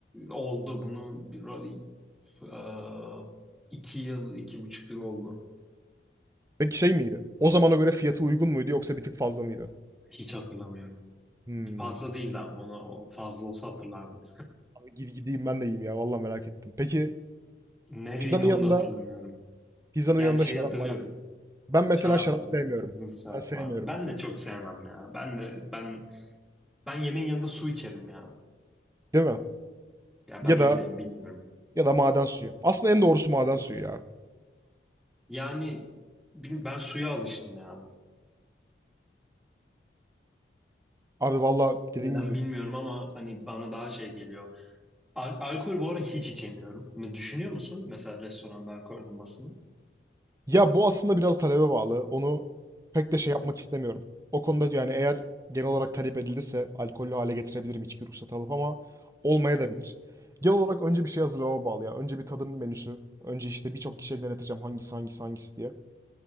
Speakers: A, in the centre; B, on the right.
A: oldu. Bunu bir- eee, iki yıl, iki buçuk yıl oldu.
B: Peki şey miydi? O zamana göre fiyatı uygun muydu yoksa bir tık fazla mıydı?
A: Hiç hatırlamıyorum.
B: Hmm.
A: Fazla değildi ama onu o fazla olsa hatırlardım.
B: Abi gid- gideyim ben de yiyeyim ya. Vallahi merak ettim. Peki
A: Nereydi
B: pizzanın
A: onu
B: yanında
A: da hatırlamıyorum.
B: pizzanın
A: Yani
B: yanında
A: şeyi
B: şarap
A: hatırlıyorum.
B: mı? Ben mesela
A: Şarap
B: şarap
A: vardı.
B: sevmiyorum.
A: Kırmızı şarap
B: Ben sevmiyorum.
A: vardı. Ben de çok sevmem ya. Ben de ben ben yemeğin yanında su içerim ya.
B: Değil mi?
A: Ya
B: Ya
A: ben
B: da
A: öyleyim bilmiyorum.
B: ya da maden suyu. Aslında en doğrusu maden suyu ya.
A: Yani bil- ben suya alıştım ya.
B: Abi valla dediğim
A: Neden
B: gibi.
A: bilmiyorum ama hani bana daha şey geliyor. Al- alkol bu ara hiç içemiyorum. Ne Düşünüyor musun mesela restoranda alkol olmasını?
B: Ya bu aslında biraz talebe bağlı. Onu pek de şey yapmak istemiyorum. O konuda yani eğer genel olarak talep edilirse alkollü hale getirebilirim içki ruhsatı alıp ama olmaya da bilir. Genel olarak önce bir şey hazırlamama bağlı ya. Önce bir tadım menüsü. Önce işte birçok kişiye deneteceğim hangisi hangisi hangisi diye.